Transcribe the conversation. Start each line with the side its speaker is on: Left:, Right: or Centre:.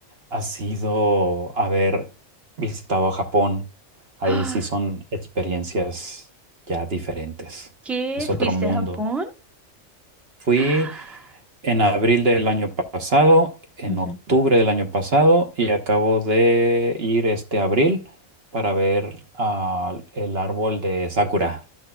Right: ha sido haber visitado Japón. Ahí
Centre: Ah,
Right: sí son experiencias ya diferentes.
Centre: ¿qué?
Right: Es
Centre: ¿Fuiste
Right: otro mundo.
Centre: a Japón?
Right: Fui
Centre: Ah,
Right: en abril del año pasado, en
Centre: ujú.
Right: octubre del año pasado y acabo de ir este abril para ver ah, el árbol de Sakura.